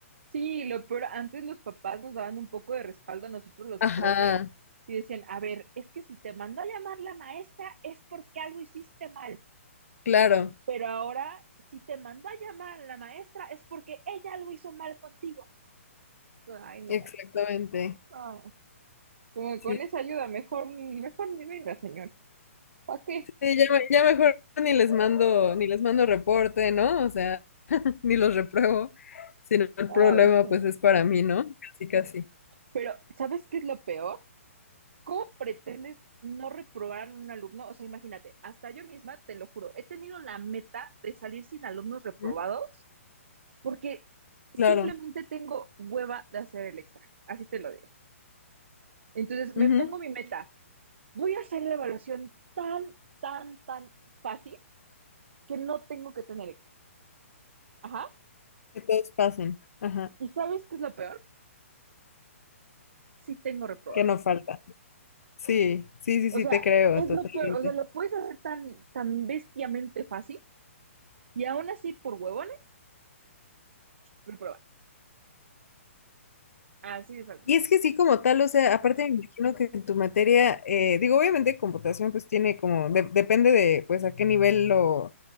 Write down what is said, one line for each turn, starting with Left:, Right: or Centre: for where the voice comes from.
Right: Sí, lo peor, antes los papás nos daban un poco de respaldo a nosotros los
Left: Ajá,
Right: profes y decían, a ver, es que si te mandó a llamar la maestra es porque algo hiciste mal.
Left: claro,
Right: Pero ahora, si te mandó a llamar la maestra, es porque ella algo hizo mal contigo. Ay, no,
Left: exactamente.
Right: vamos. No. Como que
Left: Sí.
Right: con esa ayuda, mejor, ni- mejor ni venga, señor. ¿Para qué?
Left: Sí, ya, me- ya mejor ni les mando, ni les mando reporte, ¿no? O sea, <laughs> ni los repruebo, sino el
Right: Ay,
Left: problema
Right: sí.
Left: pues es para mí, ¿no? Casi, casi.
Right: Pero, ¿sabes qué es lo peor? ¿Cómo pretendes no reprobar a un alumno? O sea, imagínate, hasta yo misma, te lo juro, he tenido la meta de salir sin alumnos reprobados
Left: ¿Mm?
Right: porque simplemente
Left: Claro.
Right: tengo hueva de hacer el extra, así te lo digo. Entonces,
Left: Ujú.
Right: me pongo mi meta, voy a hacer la evaluación tan, tan, tan fácil que no tengo que tener éxito. Ajá.
Left: Que todos pasen. Ajá.
Right: ¿Y sabes qué es lo peor? Sí tengo reprobado.
Left: Que no falta. Sí, sí, sí,
Right: O
Left: sí,
Right: sea,
Left: te creo,
Right: es
Left: totalmente.
Right: lo peor. O sea, lo puedes hacer tan, tan bestiamente fácil y aún así por huevones, reprobar. Así de fácil.
Left: Y es que sí, como tal, o sea, aparte me imagino que en tu materia, eh, digo, obviamente computación pues tiene como, de- depende de pues a qué nivel lo,